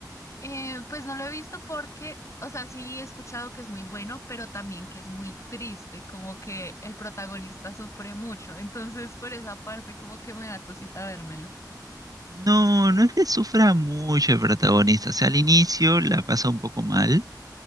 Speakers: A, on the left; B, on the right.
A: Eh, pues no lo he visto porque, o sea, sí he escuchado que es muy bueno, pero también que es muy triste, como que el protagonista sufre mucho. Entonces, por esa parte, como que me da cosita vérmelo.
B: No, no es que sufra mucho el protagonista. O sea, al inicio la pasa un poco mal